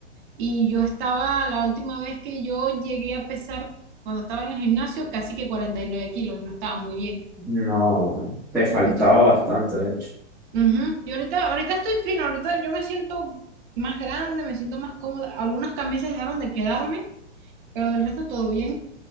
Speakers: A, on the right; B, in the centre.
A: Y yo estaba, la última vez que yo llegué a pesar, cuando estaba en el gimnasio, casi que 49 kilos y no estaba muy bien.
B: No, no. Te faltaba
A: Entonces,
B: bastante, de hecho.
A: ujú. Y ahorita, ahorita estoy fino, ahorita yo me siento más grande, me siento más cómoda. Algunas camisas dejaron de quedarme, pero del resto todo bien.